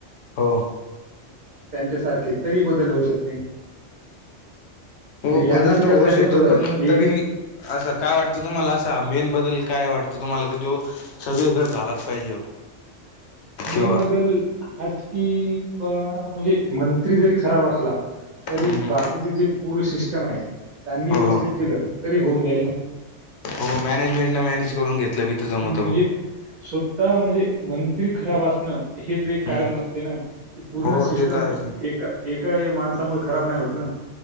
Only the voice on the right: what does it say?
त्यांच्यासारखे तरी बदल होऊ शकते म्हणजे
यांना
बी
करता
येते
ना बदल
हे
बी
मेन
बदल आज कि म्हणजे मंत्री जरी खराब असला तरी
बाकीचे जे पूर् सिस्टम आहे. त्यांनी
व्यवस्थित
केलं तरी होऊन जाईल ना.
म्हणजे
स्वत म्हणजे मं तरी खराब असण हेच एक कारण
नसते ना. पूर्ण
सिस्टम
एका एकाही माणसामुळे खराब नाही होत ना.